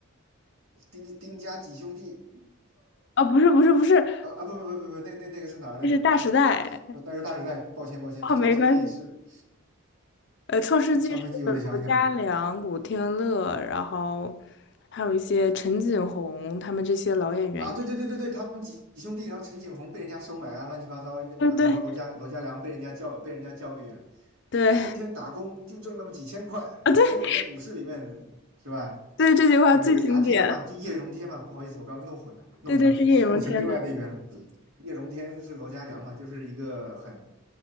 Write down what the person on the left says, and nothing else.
啊不是不是不是，
这是《大时代》
哦，
没关系。呃，《创世纪》是罗嘉良、
古天乐，然后还有一些陈锦鸿他们这些老演员演
对对对啊，
对
对，这句话最经典。
对对，是叶荣添的。